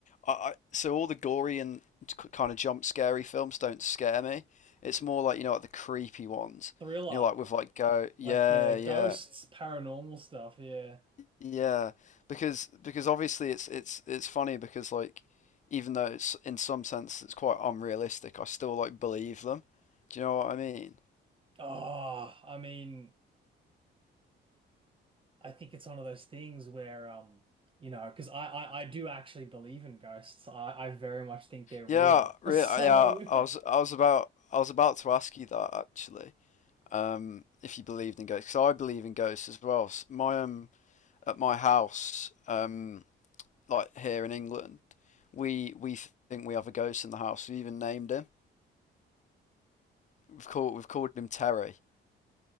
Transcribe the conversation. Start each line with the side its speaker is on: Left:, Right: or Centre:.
Left: I, I so all the gory and kind of jump scary films don't scare me. It's more like you know like the creepy ones.
Right: Thriller,
Left: You know, like with like go, yeah,
Right: like the
Left: yeah.
Right: ghosts, paranormal stuff, yeah.
Left: Yeah, because because obviously it's it's it's funny because like even though it's in some sense it's quite unrealistic, I still like believe them. Do you know what I mean?
Right: Oh, I mean, I think it's one of those things where, um, you know, because I, I I do actually believe in ghosts. I I very much think they're real.
Left: Yeah,
Right: <laughs>
Left: really.
Right: So
Left: Yeah, I was I was about I was about to ask you that actually. Um, if you believed in ghosts, 'cause I believe in ghosts as well. S- My um at my house um like here in England, we we think we have a ghost in the house. We even named him. We've called we've called him Terry.